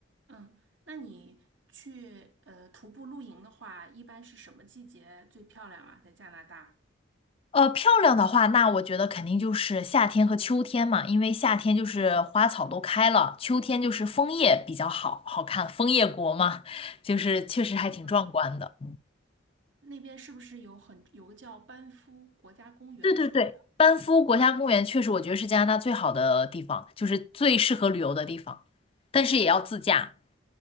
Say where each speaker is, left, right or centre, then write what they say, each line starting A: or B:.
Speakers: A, on the right; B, on the left.
A: 嗯，那你去呃徒步露营的话，一般是什么季节最漂亮啊？在加拿大，
B: 呃，漂亮的话，那我觉得肯定就是夏天和秋天嘛，因为夏天就是花草都开了，秋天就是枫叶比较好好看，枫叶国嘛，就是确实还挺壮观的。
A: 嗯，那边是不是有很有个叫班夫国家公园什么的？
B: 对对对，班夫国家公园确实我觉得是加拿大最好的地方，就是最适合旅游的地方，但是也要自驾，